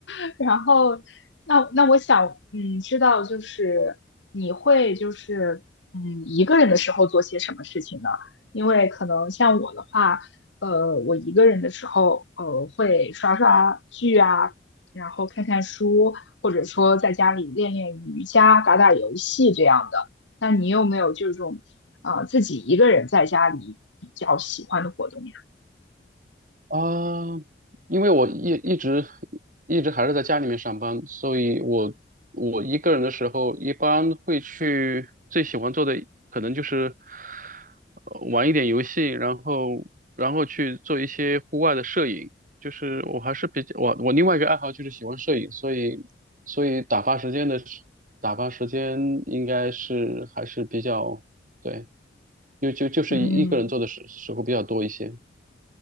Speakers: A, on the left; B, on the right.
A: <laughs> 然后，那那我想，嗯，知道就是你会就是嗯一个人的时候做些什么事情呢？因为可能像我的话。呃，我一个人的时候，呃，会刷刷剧啊，然后看看书，或者说在家里练练瑜伽、打打游戏这样的。那你有没有这种呃自己一个人在家里比较喜欢的活动呀？
B: 啊，因为我一一直一直还是在家里面上班，所以我我一个人的时候，一般会去最喜欢做的可能就是呃玩一点游戏，然后然后去做一些户外的摄影。就是我还是比较我我另外一个爱好就是喜欢摄影，所以所以打发时间的时打发时间应该是还是比较对，就就就是一个人做的时时候比较多一些。
A: 嗯。